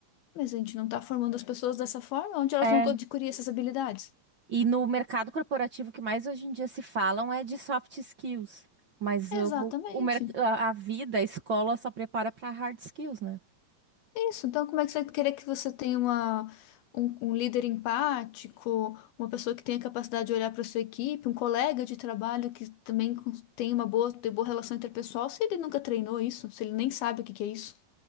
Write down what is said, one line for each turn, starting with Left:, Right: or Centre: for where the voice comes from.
Left: Mas a gente não está formando as pessoas dessa forma, onde elas
Right: é
Left: vão adquirir essas habilidades?
Right: E no mercado corporativo, o que mais hoje em dia se falam é de soft skills. Mas o,
Left: Exatamente.
Right: o mer- a a vida, a escola só prepara para hard skills, né?
Left: É Isso, então como é que você vai querer que você tenha uma, um, um líder empático, uma pessoa que tenha capacidade de olhar para sua equipe, um colega de trabalho que também cons- tem uma boa, tem boa relação interpessoal, se ele nunca treinou isso, se ele nem sabe o que que é isso?